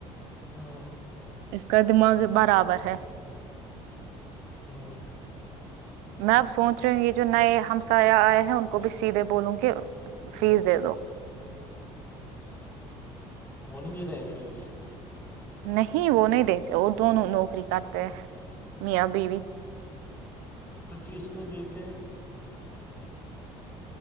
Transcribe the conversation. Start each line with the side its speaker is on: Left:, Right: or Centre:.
Left: ہاں
Right: اس کا دماغ برابر ہے
Left: ہاں
Right: میں اب سوچ رہی ہوں گی جو نئے ہم سایہ آئے ہیں ان کو بھی سیدھے بولوں گے فیس دے دو
Left: وہ نہیں دے رہے ہیں فیس
Right: نہیں وہ نہیں دیتے اور دونوں نوکری کرتے ہیں میاں بیوی
Left: تو فیس کیوں میں دیتے ہیں